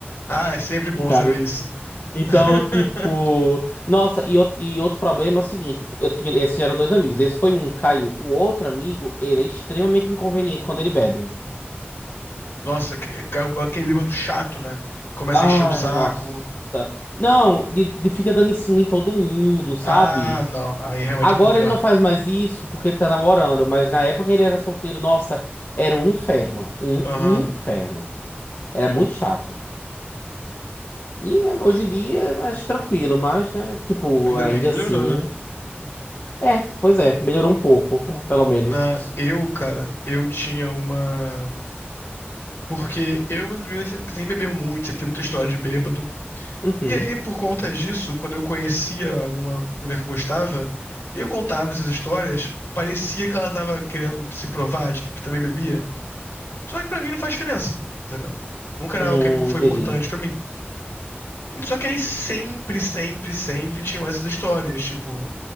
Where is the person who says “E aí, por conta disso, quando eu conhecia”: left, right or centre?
Left